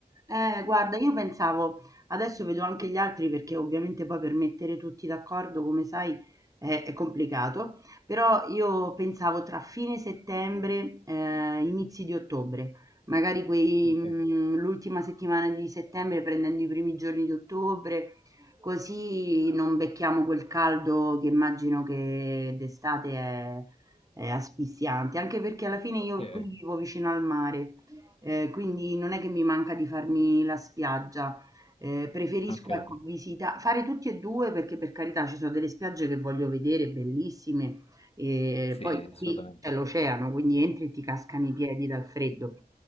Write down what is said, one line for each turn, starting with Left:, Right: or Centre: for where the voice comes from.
Right: Eh, guarda, io pensavo, adesso vedo anche gli altri perché ovviamente poi per mettere tutti d'accordo, come sai, è, è complicato, però io pensavo tra fine settembre, eh, inizi di ottobre, magari quei,
Left: Ok.
Right: mm, l'ultima settimana di settembre prendendo i primi giorni di ottobre, così non becchiamo quel caldo che immagino che d'estate è, è asfissiante, anche perché alla fine io
Left: Sì,
Right: qui vivo vicino al mare. Ehm, quindi non è che mi manca di farmi la spiaggia. Ehm, preferisco,
Left: ok,
Right: ecco, visita fare tutti e 2 perché, per carità, ci sono delle spiagge che voglio vedere bellissime, ehm,
Left: sì,
Right: poi qui
Left: assolutamente.
Right: c'è l'oceano, quindi entri e ti cascano i piedi dal freddo.